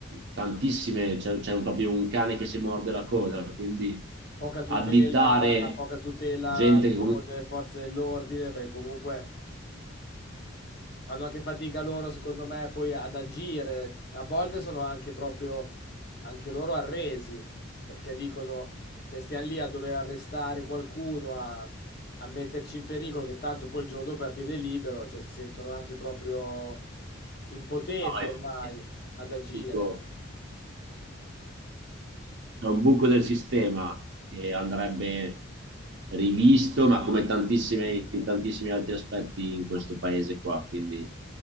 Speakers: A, on the right (about 55°); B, on the left (about 50°).
A: tantissime, c'è, c'è un- proprio un cane che si morde la coda, quindi
B: poca tutela,
A: additare
B: poca tutela
A: gente
B: nei
A: che
B: confronti
A: comunque
B: delle forze dell'ordine, perché comunque fanno anche fatica loro, secondo me, poi ad agire. A volte sono anche proprio anche loro arresi, perché dicono, cioè, stiamo lì a dover arrestare qualcuno, a, a metterci in pericolo, che tanto poi il giorno dopo è a piede libero, cioè si sentono anche proprio impotenti
A: fa
B: ormai
A: è
B: ad agire.
A: tutto C'è un buco del sistema che andrebbe rivisto, ma come tantissime- in tantissimi altri aspetti in questo paese qua. Quindi,